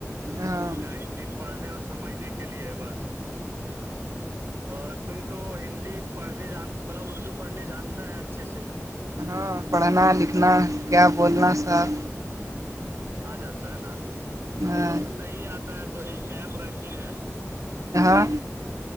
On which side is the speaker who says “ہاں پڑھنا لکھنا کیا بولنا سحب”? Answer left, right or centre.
Right